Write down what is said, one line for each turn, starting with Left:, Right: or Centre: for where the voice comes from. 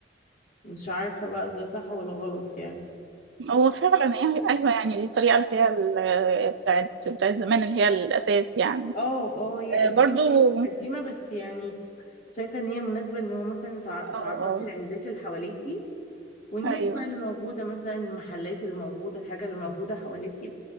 Left: مش عارفة بقى ده صح ولا غلط يعني
Right: هو فعلا يعني ايوه يعني دي الطريقه اللي هي ال- بتاعت بتاعت زمان اللي هي الاساس يعني
Left: اه اه هي
Right: آه،
Left: قديمة
Right: برضو اه
Left: قديمة بس يعني شايفة ان هي مناسبة ان هو مثلا تع-
Right: اه
Left: تعرفي العيادات اللي حواليكي والناس
Right: ايوه
Left: بقى اللي موجودة مثلا المحلات اللي موجودة الحاجة اللي موجودة حواليكي